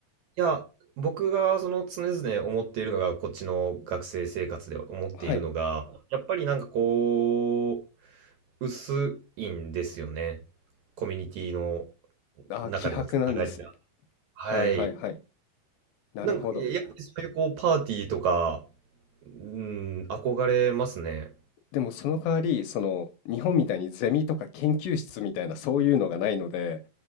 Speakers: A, on the right; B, on the left.
A: いや、僕がその常々思っているのが、こっちの学生生活で思っているのが、
B: はい。
A: やっぱりなんかこう、薄いんですよね。コミュニティの
B: あー、
A: 中でのつながりが。
B: 希薄なんです。
A: はい。
B: はいはいはい。なるほど。
A: なんか、やっぱりそういうこう、パーティーとか、うん、憧れますね。
B: でもその代わり、その日本みたいにゼミとか研究室みたいなそういうのがないので、